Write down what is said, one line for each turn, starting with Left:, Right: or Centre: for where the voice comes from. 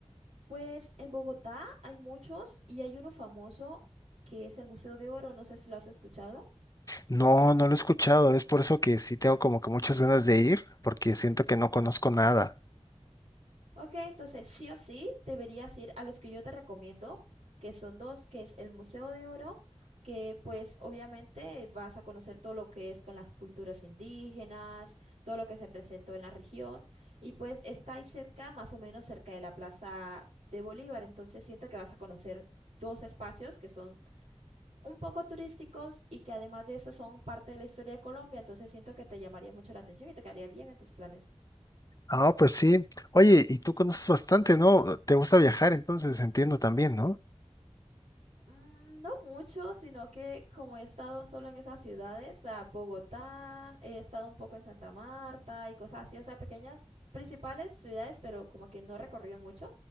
Right: pues en Bogotá hay muchos y hay uno famoso que es el Museo de Oro, no sé si lo has escuchado.
Left: No, no lo he escuchado, es por eso que sí tengo como que muchas ganas de ir, porque siento que no conozco nada.
Right: Ok, entonces sí o sí deberías ir a los que yo te recomiendo, que son dos, que es el Museo de Oro, que pues obviamente vas a conocer todo lo que es con las culturas indígenas, todo lo que se presentó en la región, y pues está ahí cerca, más o menos cerca de la Plaza de Bolívar, entonces siento que vas a conocer dos espacios que son un poco turísticos y que además de eso son parte de la historia de Colombia, entonces siento que te llamaría mucho la atención y te quedaría bien en tus planes.
Left: Ah, pues sí. Oye, y tú conoces bastante, ¿no? Te gusta viajar, entonces entiendo también, ¿no?
Right: Mm, No mucho, sino que como he estado solo en esas ciudades, o sea, Bogotá, he estado un poco en Santa Marta y cosas así, o sea, pequeñas principales ciudades, pero como que no he recorrido mucho,